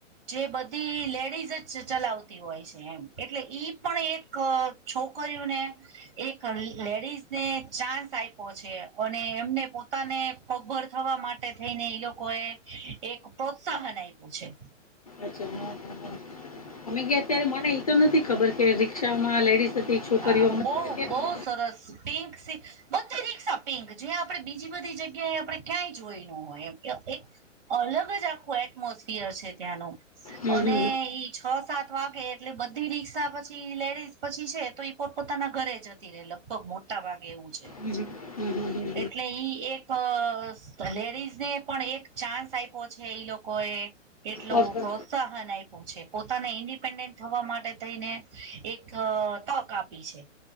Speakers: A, on the right; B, on the left.
A: જે બધી લેડીઝ જ ચલાવતી હોય છે એમ એટલે ઈ પણ એક છોકરીઓને એક લેડીઝ ને ચાન્સ આપ્યો છે અને એમને પોતાને પગભર થવા માટે થઈને ઈ લોકોએ એક પ્રોત્સાહન આપ્યું છે.
B: અચ્છા હમ હમ અમે ગયા અત્યારે મને એતો નથી ખબર કે રિક્ષામાં લેડીસજ બે છોકરીયો
A: હા
B: <unintelligible>
A: બહુ બહુ સરસ પિંક સીક્સ બધી રીક્ષા પિંક જે આપણે બીજી બધી જગ્યાએ આપણે ક્યાંય જોઈનો હોય એમ અલગ જ આખું એટમોસફિયર છે ત્યાંનુ
B: હમ
A: અને
B: હમ
A: ઈ છ સાત વાગે એટલે બધી રિક્ષા પછી લેડીઝ પછી છે તો ઈ પોત પોતાના ઘરે જતી રહે લગભગ મોટા ભાગે એવું છે
B: હ હ
A: એટલે ઈ એક લેડીઝ ને પણ એક ચાન્સ આપ્યો છે ઈ લોકો એ એટલુ
B: પગ પર
A: પ્રોત્ સાહન આપ્યું છે પોતાને ઇન્ડિપેન્ડન્ટ થવા માટે થઈને એક તક આપી છે